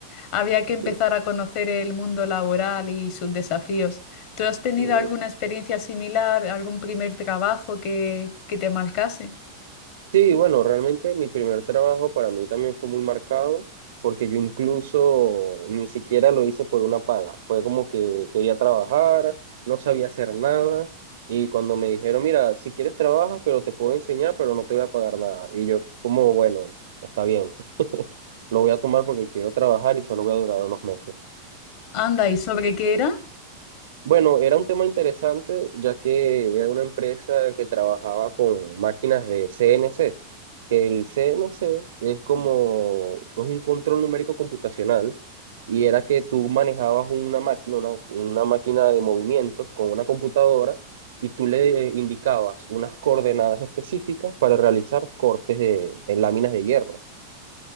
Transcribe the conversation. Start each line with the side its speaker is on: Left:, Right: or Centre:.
Left: había que empezar
Right: Sí.
Left: a conocer el mundo laboral y sus desafíos. ¿Tú has tenido
Right: eh,
Left: alguna experiencia similar, algún primer trabajo que, que te marcase?
Right: Sí, bueno, realmente mi primer trabajo para mí también fue muy marcado, porque yo incluso ni siquiera lo hice por una paga. Fue como que quería trabajar, no sabía hacer nada, y cuando me dijeron, mira, si quieres trabajas, pero te puedo enseñar, pero no te voy a pagar nada. Y yo, como, bueno, está bien, <laughs> lo voy a tomar porque quiero trabajar y solo voy a durar unos meses.
Left: Anda, ¿y sobre qué era?
Right: Bueno, era un tema interesante, ya que era una empresa que trabajaba con máquinas de C N C que El C N C es como es un control numérico computacional y era que tú manejabas una máquina, una, una máquina de movimientos con una computadora y tú le indicabas unas coordenadas específicas para realizar cortes de, en láminas de hierro.